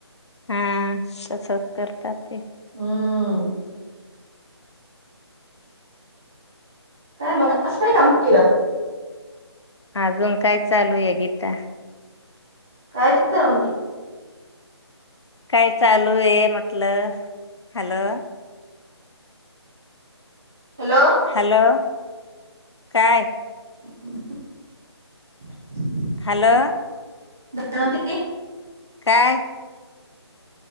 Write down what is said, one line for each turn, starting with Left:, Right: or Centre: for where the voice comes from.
Left: हा तसच करता ते.
Centre: हम्म काय मग. अस काय काम केलं.
Left: अजून काय चालू आहे गीता?
Centre: काय गं दवंती.
Left: काय चालू ए म? हॅलो. हॅलो.
Centre: Hello
Left: hello. काय?
Centre: <inaudible>
Left: हॅलो.
Centre: धनवंती?
Left: काय?